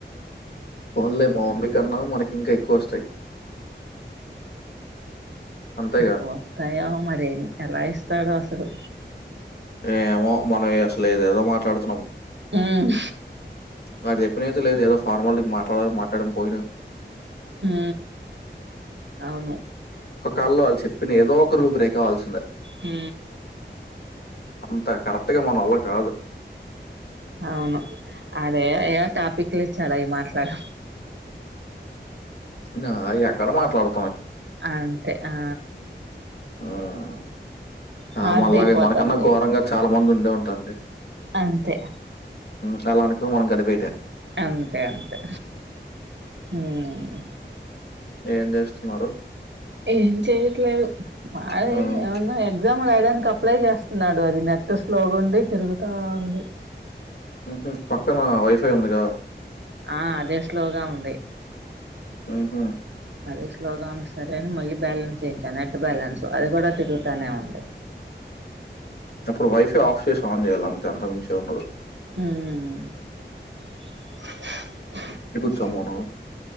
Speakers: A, on the left; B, on the right.
A: పోన్ లే మా మమ్మీ కన్నా మనక్ ఇంకా ఎక్కువ వస్తాయ్ అంతేగా
B: ఎక్కువ వత్తాయ మరి ఎలా ఇస్తాడో అస్ సలు
A: ఏమో మనం అసలు ఏదేదో మాట్లాడుతున్నాం
B: హ్మ్
A: వాడు జొప్పింనయితే లేదు ఏదో ఫార్మాలిటీకి మాట్లాడాలని మాట్లాడడం పోయినాం
B: ఊ అవును
A: కాళ్ళో వాళ్ళు చెప్పిన ఏదో ఒక రూల్ బ్రేక్ కావల్సిందే
B: ఊ
A: అంత కరెక్ట్ గా మన వల్ల కాదు
B: అవును అదే ఏదో టాపిక్ లు ఇచ్చాడు అయి మాట్లాడు
A: నా ఎక్కడ మాట్లాడు
B: అంతే ఆ
A: హ్మ్
B: హార్డ్
A: ఆ మళ్ళ
B: అయిపోతుంది
A: అయి మనకన్నా ఘోరంగా చాలా మంది ఉం డే ఉంటారులే.
B: అంతే
A: మ్ అలా అనుకొని మొన్న గడి పేట
B: అంతే అంతే మ్మ్
A: ఏం చేస్తున్నారు?
B: ఏం చెయట్లేదు మాది
A: హ్మ్.
B: ఏమన్నా ఎగ్జా రాయడానికి అప్లై చేస్తున్నాడు అది నెట్ స్లో గుండి తిరుగుతా ఉంది.
A: మ్మ్ హు పక్కన వైఫై ఉంది కదా.
B: ఆ అదే స్లోగా ఉంది.
A: హ్మ్ హు
B: అదే స్లోగా ఉంది సరేని మళ్ళీ బ్యాలెన్స్ చేయించా నెట్ బ్యాలెన్స్ అది కూడా తిరుగుతానే ఉంది.
A: అప్పుడు వైఫై ఆఫ్ చేసి ఆన్ చేయాల అంతే, అంతకు మించి ఏదుండదు.
B: హ్మూ
A: చ్చం మనం.